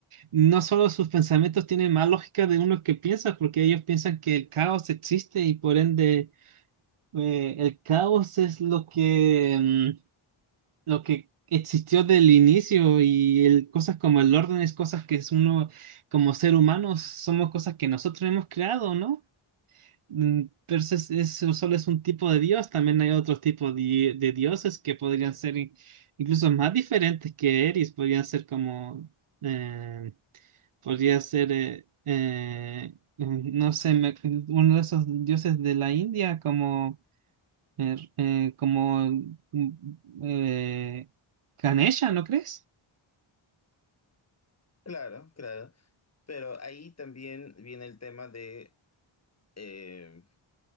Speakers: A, on the right (about 75°); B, on the left (about 30°).
A: no solo sus pensamientos tienen más lógica de uno que piensa, porque ellos piensan que el caos existe y por ende eh, el caos es lo que, mm, lo que existió del inicio y el, cosas como el orden es cosas que es uno como ser humano somos cosas que nosotros hemos creado, ¿no? Mm, Entonces, eso solo es un tipo de Dios, también hay otros tipos de, de dioses que podrían ser in- incluso más diferentes que Eris, podrían ser como, eh, podría ser, eh, eh, mm, no sé, me- uno de esos dioses de la India como, eh, eh, como mm, eh, Ganesha, ¿no crees?
B: Claro, claro. Pero ahí también viene el tema de eh,